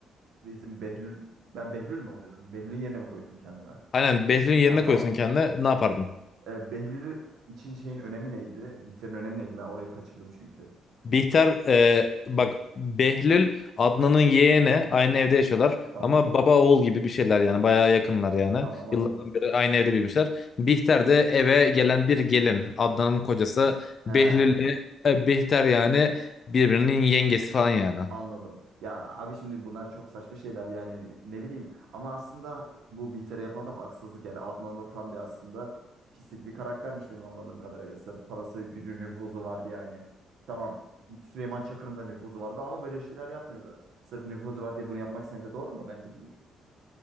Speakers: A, on the right; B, on the left.
A: bizim Behlül ben Behlül mü oluyordum? Behlül'ün yerine mi koyuyordum kendime?
B: Aynen Behlül'ün yerine
A: Ha tamam.
B: koyuyorsun kendine ne yapardın?
A: E, Behlül için şeyin önemi neydi? Bihter'in önemi neydi? Ben orayı kaçırdım çünkü.
B: Bihter e, bak Behlül Adnan'ın yeğeni aynı evde yaşıyorlar
A: Tamam.
B: ama baba oğul gibi bir şeyler yani bayağı yakınlar yani.
A: Tamam anladım.
B: Yıllardan beri aynı evde büyümüşler. Bihter de eve gelen bir gelin Adnan'ın kocası
A: He.
B: Behlül'le e, Bihter yani birbirinin yengesi falan yani.
A: Anladım. Ya abi şimdi bunlar çok saçma şeyler yani ne bileyim ama aslında bu Bihter'e yapılan da haksızlık yani Adnan da tam bir aslında pislik bir karaktermiş benim anladığım kadarıyla. Sırf parası, gücü, nüfuzu vardı yani. Tamam Süleyman Çakır'ın da nüfuzu vardı ama böyle şeyler yapmıyordu. Sırf nüfuzu var diye bunu yapmak sence doğru mu? Bence değil.